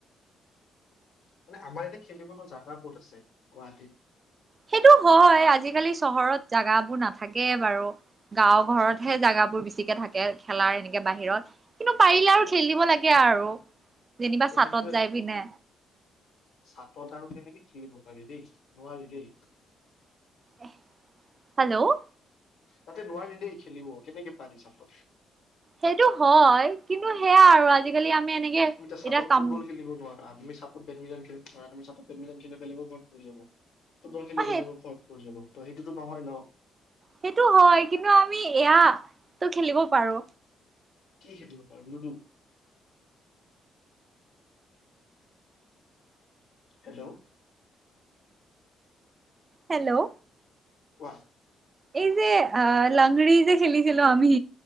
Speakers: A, on the left (about 75°); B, on the right (about 35°).
A: <inaudible> মানে আমাৰ ইয়াতে খেলিব নো জাগা ক'ত আছে। গুৱাহাটীৰ
B: সেইটো হয় আজিকালি চহৰত জাগাবোৰ নাথাকে বাৰু গাওঁ ঘৰতহে জাগাবোৰ বেছিকে থাকে। খেলাৰ এনেকে বাহিৰত কিন্তু পাৰিলে আৰু খেল দিব লাগে আৰু যেনিবা
A: ত
B: চাটত
A: সেইটোৱে
B: যাই পিনে
A: চাটত আৰু কেনেকে খেলিব পাৰি দেই নোৱাৰি দেই
B: এহ হেল্ল'
A: তাতে নোৱাৰি দেই খেলিব কেনেকে পাৰি চাতত
B: সেইটো হয় কিন্তু সেয়া আৰু আজিকালি আমি এনেকে
A: তুমি এতা চাতত
B: এতিয়া কাম
A: ফুটবল খেলিব নোৱাৰা তুমি চাতত বেমিণ্টন খেলিব নোৱৰা তুমি চাতত বেমিণ্টন খেলিলে বেলেগৰ ঘৰত পৰি যাব। ফুটবল খেলিলে
B: সেই
A: বেলেগ ঘট পৰি যাব। ত সেইটোতো নহয় ন
B: সেইটো হয় কিন্তু আমি এয়া তো খেলিব পাৰো
A: কি খেলিব পাৰো লুডু হেল্ল'
B: হেল্ল'
A: কোৱা
B: এই যে লাংৰি যে খেলিছিলো আমি